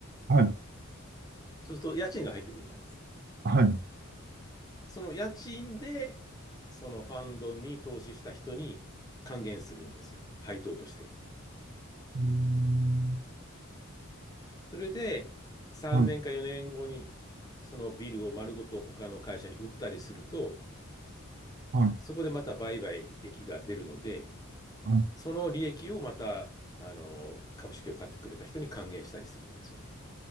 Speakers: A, on the right; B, on the left.
A: はい、
B: そうすると、家賃が入ってくるじゃないですか。
A: はい。う
B: その家賃で、そのファンドに投資した人に還元するんですよ、配当として。
A: ーん。
B: それで、3年か4年後に、
A: はい、
B: そのビルを丸ごと他の会社に売ったりすると、
A: はい、
B: そこでまた売買益が出るので、
A: はい、
B: その利益をまた、あの、株式を買ってくれた人に還元したりするんですよね。